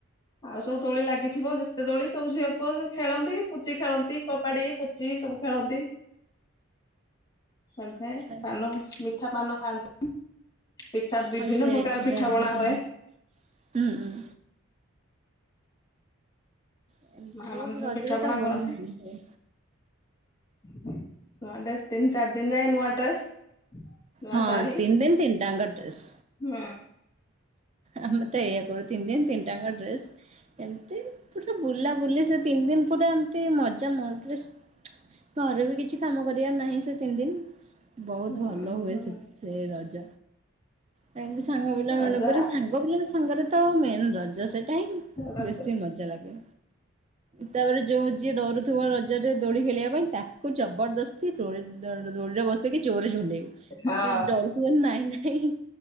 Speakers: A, on the left (about 20°); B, on the right (about 30°).
A: ଆଉ ସବୁ ଦୋଳି ଲାଗିଥିବ। ଯେତେ ଦୋଳି ସବୁ ଝିଅ ପୁଅ ସବୁ ଖେଳନ୍ତି। ପୁଚି ଖେଳନ୍ତି। କବାଡି, ପୁଚି ସବୁ ଖେଳନ୍ତି‌। <unintelligible> ଥାଏ
B: ଆଚ୍ଛା
A: ପାନ ମି ମିଠା ପାନ ଖାଆନ୍ତି। ପିଠା ବିଭିନ୍ନ
B: ହଁ ସେ
A: ପ୍ରକାର ପିଠା
B: ରଜ
A: ପଣା
B: ପାନ
A: ହଏ।
B: ହୁଁ ହୁଁ। ଏମିତି
A: ମା
B: ସବୁ
A: ମାନେ
B: ରଜରେ
A: ପିଠା ପଣା
B: ତ ବହୁତ
A: କରନ୍ତି
B: ଭଲ ଥାଏ।
A: <inaudible> ନୂଆ ଡ୍ରେସ ତିନି ଚାରି ଦିନ ଯାଏ ନୂଆ ଡ୍ରେସ। ନୂଆ
B: ହଁ
A: ଶାଢୀ
B: ତିନି ଦିନ ତିନିଟାଙ୍କ ଡ୍ରେସ୍।
A: ହୁଁ
B: ଆମେ ତ ଏଇଆ କରୁ ତିନି ଦିନ ତିନି ଟାଙ୍କ ଡ୍ରେସ ଏମତି ପୁରା ବୁଲା ବୁଲି ସେ ତିନି ଦିନ ପୁରା ଏମତି ମଜା ମଜଲିସ ଘରେ ବି କିଛି କାମ କରିବାର ନାହିଁ ସେ ତିନି ଦିନ। ବହୁତ
A: ହୁଁ।
B: ଭଲ ହୁଏ ସେ ସେ ରଜ। <unintelligible> ସାଙ୍ଗ ପିଲାମାନଙ୍କରେ
A: ରଜା
B: ସାଙ୍ଗ ପିଲାଙ୍କ ସାଙ୍ଗରେ ତମେ ରଜା ସେଟା ହିଁ
A: ରଜ ରଜ
B: ବେଶୀ ମଜା ଲାଗେ ତାପରେ ଯୋଉ ଯିଏ ଡରୁଥିବ ରଜ ରେ। ଦୋଳି ଖେଳିବା ପାଇଁ ତାକୁ ଜବରଦସ୍ତି ଦୋଳି ଦୋଳିରେ ବସେଇକି ଜୋରେ ଝୁଲେଇବୁ
A: ହଁ
B: ସେ ଡରୁଥିବ ନାଇଁ ନାଇଁ।